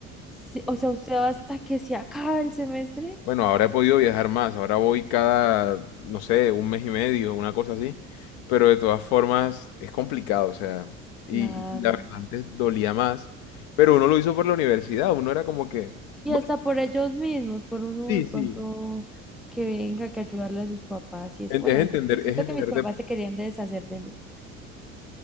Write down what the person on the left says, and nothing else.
Bueno, ahora he podido viajar más, ahora voy cada, no sé, un mes y medio, una cosa así, pero de todas formas es complicado, o sea, y,
y la verdad antes dolía más, pero uno lo hizo por la universidad, uno era como que,
bueno,
sí,
sí,
en-
es
entender,
es entenderte.